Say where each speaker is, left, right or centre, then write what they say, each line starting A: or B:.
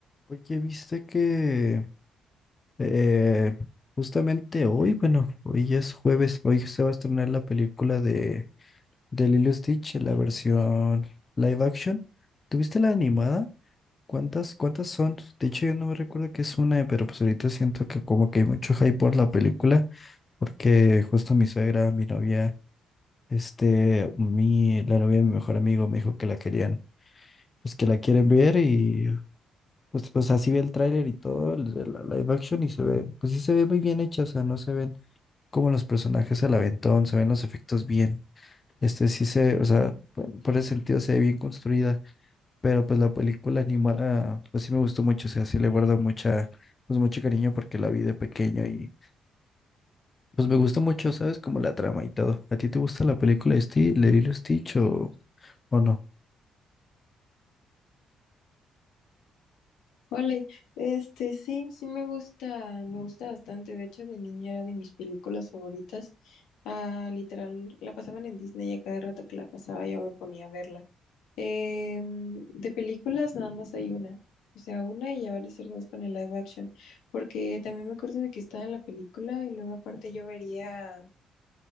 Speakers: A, on the left; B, on the left.
A: Oye, viste que eh, justamente hoy, bueno, hoy es jueves, hoy se va a estrenar la película de, de Lilo y Stitch, la versión live action. ¿Tuviste la animada? ¿Cuántas, cuántas son? De hecho, yo no me recuerdo que es una, pero pues ahorita siento que como que hay mucho hype por la película, porque justo mi suegra, mi novia, este, mi, la novia de mi mejor amigo me dijo que la querían, pues que la quieren ver y pues, pues así vi el tráiler y todo, el de la live action y se ve, pues sí se ve muy bien hecha, o sea, no se ven como los personajes al aventón, se ven los efectos bien. Este sí se, o sea, por, por ese sentido se ve bien construida, pero pues la película animada, pues sí me gustó mucho, o sea, sí le guardo mucha, pues mucho cariño porque la vi de pequeño y pues me gustó mucho, ¿sabes? Como la trama y todo. ¿A ti te gusta la película de Sti- de Lilo y Stitch o, o no?
B: Ole, este sí, sí me gusta, me gusta bastante. De hecho, de niña era de mis películas favoritas. Ah, literal, la pasaban en Disney y a cada rato que la pasaba yo me ponía a verla. Em, de películas nada más hay una. O sea, una y ya van a ser dos con el live action. Porque también me acuerdo de que estaba la película y luego aparte yo vería,